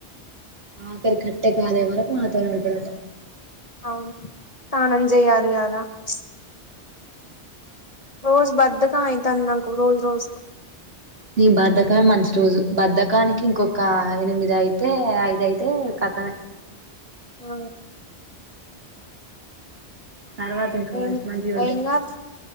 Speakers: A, on the right; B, on the left.
A: ఆఖరి కట్టే కాలే వరకు మనతోనే ఉంటడట
B: అవును తానం జేయాలి గదా ప్చ్ రోజు బద్దకం అయితాంది నాకు రోజు రోజుకు
A: నీ బద్దకమే మంచి రోజు బద్దకానికి ఇంకొక ఎనిమిది అయితే ఐద అయితే కతమే.
B: ఆ
A: తర్వాత ఇంకా
B: ఏం
A: మంచి మంచివి ఉంటాయి
B: ఏం కాదు